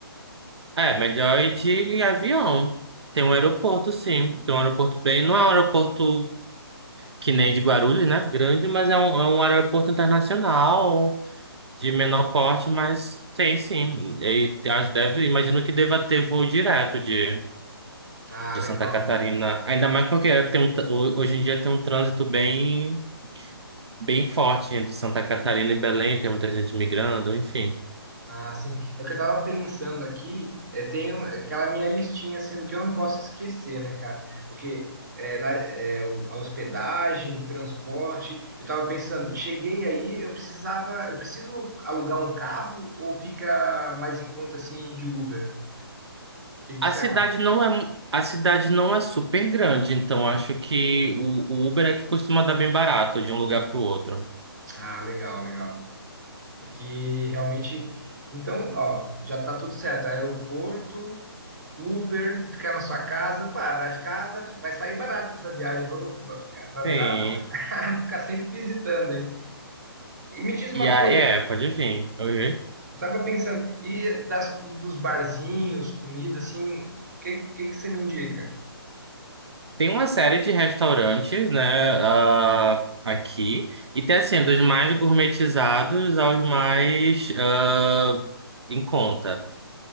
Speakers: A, on the right; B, on the right.
A: É, melhor ir de avião. Tem um aeroporto, sim. Tem um aeroporto bem. Não é um aeroporto que nem de Guarulhos, né? Grande, mas é um, é um aeroporto internacional, de menor porte, mas tem sim. E acho, deve, imagino que deva ter voo direto de,
B: Ah,
A: de
B: legal.
A: Santa Catarina. Ainda mais porque tem um, tr- ho- hoje em dia tem um trânsito bem, bem forte entre Santa Catarina e Belém, tem muita gente migrando, enfim.
B: Ah, sim. É o que eu tava pensando aqui, é, tem um- aquela minha listinha assim do que eu não posso esquecer, né, cara? Porque é, na- é, o- a hospedagem, transporte, eu tava pensando, cheguei aí, eu precisava, eu preciso alugar um carro ou fica mais em conta assim ir de Uber? O que que
A: A
B: você
A: cidade
B: acha?
A: não é, a cidade não é super grande, então acho que o, o Uber é que costuma dar bem barato de um lugar pro outro.
B: Ah, legal, legal. É que realmente, então, ó, já tá tudo certo. Aeroporto, Uber, ficar na sua casa, pá, vai ficar, vai, vai sair barato essa viagem, vou- vai ficar, vai
A: Sim.
B: virar <laughs> Ficar sempre visitando aí. E me diz uma
A: E a,
B: coisa,
A: é, pode vir. Uhum.
B: estava pensando, e, das, e dos barzinhos, comida, assim, o que, que, que você me indica?
A: Tem uma série de restaurantes, né, ah, aqui. E tem assim, dos mais gourmetizados aos mais ah, em conta.